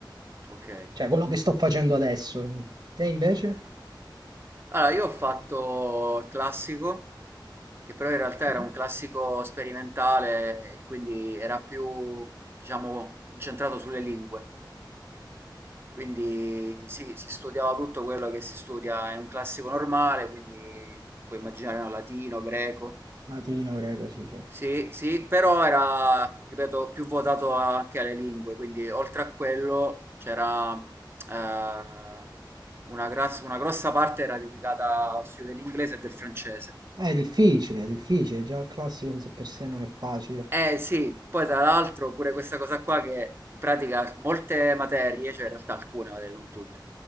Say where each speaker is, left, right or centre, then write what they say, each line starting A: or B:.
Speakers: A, on the right; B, on the right.
A: ok.
B: cioè quello che sto facendo adesso. Te invece?
A: Allora, io ho fatto il classico, che però in realtà
B: Sì.
A: era un classico sperimentale, e quindi era più, diciamo, incentrato sulle lingue. Quindi sì, si studiava tutto quello che si studia in un classico normale, quindi puoi immaginare no, latino, greco.
B: Latino, greco, sì, sì.
A: Sì, sì, però era, ripeto, più votato anche alle lingue, quindi oltre a quello c'era eh, una, gras- una grossa parte era dedicata allo studio dell'inglese e del francese.
B: È difficile, è difficile, già il classico in sé per sé non è facile.
A: Eh sì, poi tra l'altro pure questa cosa qua che in pratica molte materie, cioè in realtà alcune materie, non tutte,